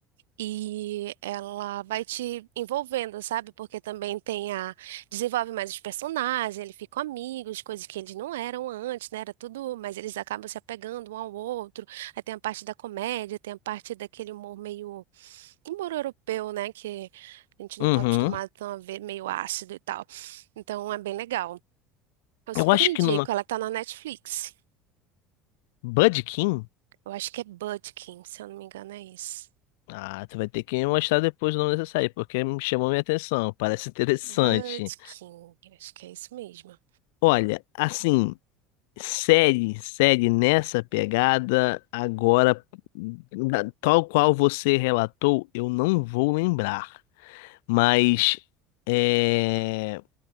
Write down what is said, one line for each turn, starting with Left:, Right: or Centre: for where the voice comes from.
Right: E ela vai te envolvendo, sabe? Porque também tem a. Desenvolve mais os personagens, eles ficam amigos, coisas que eles não eram antes, né? Era tudo, mas eles acabam se apegando um ao outro. Aí tem a parte da comédia, tem a parte daquele humor meio humor europeu, né? Que a gente não
Left: uhum.
Right: tá acostumado tão a ver meio ácido e tal. Então é bem legal. Eu super
Left: Eu acho
Right: indico,
Left: que numa
Right: ela tá na Netflix.
Left: Budkin.
Right: Eu acho que é Budkin, se eu não me engano, é isso.
Left: Ah, tu vai ter que me mostrar depois o nome dessa série, porque me chamou minha atenção. Parece <laughs> interessante.
Right: Budkin, acho que é isso mesmo.
Left: Olha, assim, série, série nessa pegada, agora, da- tal qual você relatou, eu não vou lembrar. Mas é,